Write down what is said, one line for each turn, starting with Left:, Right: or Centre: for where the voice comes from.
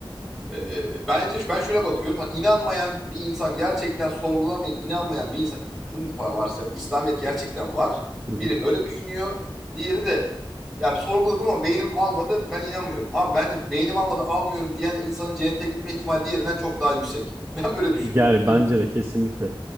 Centre: e, bence ben şöyle bakıyorum hani inanmayan bir insan gerçekten sorgulamayıp inanmayan bir insan şunu da varsayalım İslamiyet gerçekten var.
Right: Hı hı.
Centre: Biri böyle düşünüyor. Diğeri de ya sorguladım ama beynim almadı ben inanmıyorum. Abi bence beynim almadı almıyorum diyen insanın cennete gitme ihtimali diğerinden çok daha yüksek. <laughs> Ben böyle düşünüyorum.
Right: Yani
Centre: Bilmiyorum.
Right: bence de kesinlikle